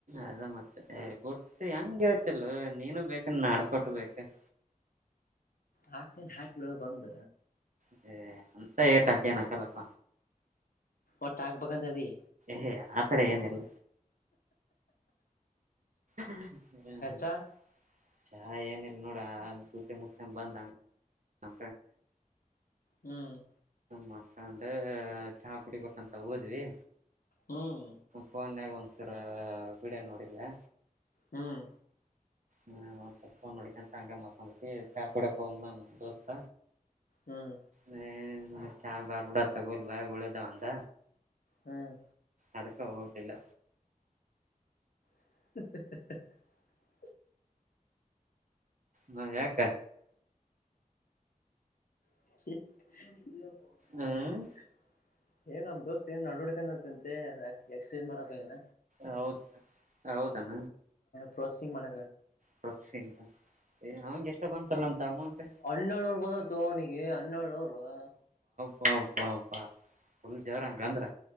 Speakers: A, on the right; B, on the left.
A: ಅದ ಮತ್ತೆ ಬಿಟ್ಟ ಹೆಂಗಗೆ ಹೇಳ್ತಿಲ್ ನೀನು ಬೇಕು ನೀನ್ ಆಡ್ಸ್ಬಟ್ಟು ಬೇಕು <inaudible>
B: ಹಾಕ್ತೇನೆ ಹಾಕ್ ಬಿಡ ಬಂದ
A: ಹ ಅಂತ ಏಟಾಕನ ಕಲ್ಲಪ್ಪ
B: ಒಟ್ಟ ಹಾಕ್ಬೇಕಂತ ಅದಿ
A: ಹೇ ಆತರ ಏನಿಲ್ಲ ಹ್ಮ
B: ಚಾ
A: ಚಾ ಏನಲ್ ನೋಡ ಮು ಬಂದ್ಂಗ ನ
B: ಹ್ಮ್
A: ಮತ್ಕಂಡ್ರೆ ಚಾ ಕುಡಿಬೇಕಂತ ಹೋದ್ವಿ
B: ಹ್ಮ್
A: ಫೋನ್ಯಾಗ ಒಂದ್ಸರ ವಿಡಿಯೋ ನೋಡಿದೆ
B: ಹ್ಮ್
A: ಹ್ಮ ಸ್ವಲ್ಪ ನೋಡಿಕಂತ ಹಂಗ ಮತ್ಂಬ ಚಾ ಕುಡಕ್ ದೋಸ್ತ
B: ಹ್ಮ್
A: ಹ ಚ ಬಾರಬಡ ತಗೊಲ್ ಬ ಗಳದ ಅಂತ
B: ಹ್ಮ್
A: ಅದಕ್ಕ ಹೋಗುದಿಲ್ಲ
B: <inaudible>
A: ಹ ಯಾಕ
B: <inaudible>
A: ಹ್ಮ್
B: ಏನ್ ನಮ್ ದೋಸ್ತ್ ಏ ನಡಡ್ಡಕ್ಂತೆ ಎಕ್ರ್ಸೈಜ್ ಮಾಡಕ ಏನ
A: ಹೌದ ಹೌದಣ
B: ಪ್ರೋಸೆಸಂಗ್ ಮಾಡ
A: ಪ್ರ <unintelligible> ಅವಂಗೆ ಎಷ್ಟ ಬಂತಲ್ಲ ಅಮೌಂಟ್
B: ಹಣನ್ನ್ಣಳ್ೂರ್ ಬಂದ ತನಿ ಹಣನ್ನಳ್ೂರ್ <unintelligible>
A: ಹಪಾಪ್ಪಾ ುಳ್ಳ <unintelligible> ಜವರ ಗಾಂದ್ರ